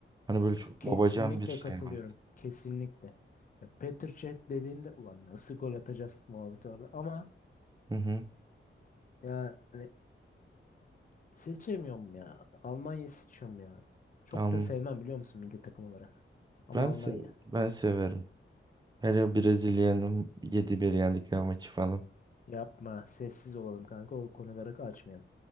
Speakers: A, on the right; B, on the left.
A: Hani böyle çok
B: Ya kesinlikle
A: babacan bir şey
B: katılıyorum.
A: vardı.
B: Kesinlikle. Ya Petr Cech dediğinde ulan nasıl gol atacağız muhabbeti vardı ama
A: Hı hı.
B: yani Seçemiyorum ya. Almanya'yı seçiyorum ya. Çok
A: Anladım.
B: da sevmem biliyor musun milli takım olarak. Ama
A: Ben,
B: Almanya.
A: se ben severim. Hele Brezilya'nın yedi bir yendikleri maçı falan.
B: Yapma. Sessiz olalım kanka. O konuları açmayalım.